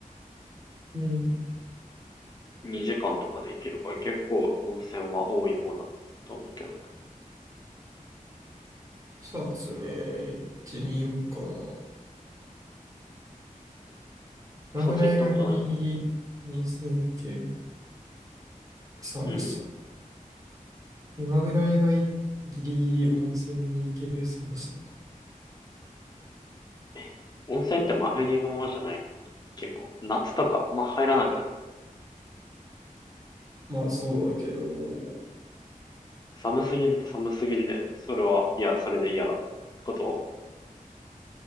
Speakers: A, on the right; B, on the left.
A: うん
B: 2時間とかで行けるから結構温泉は多い方だと思うけどね。
A: 草津ね、行ってみようかな。
B: 草津行ったことないか
A: 今ぐらいがギリギリ温泉行ける寒さ。
B: なうん
A: 今ぐらいがいギリギリ温泉に行ける寒さか。
B: え、温泉って真冬に行くものじゃないの結構、夏とかまあ入らなくない
A: まあそうだけど、
B: 寒すぎると寒すぎるで、それは、いや、それで嫌だってこと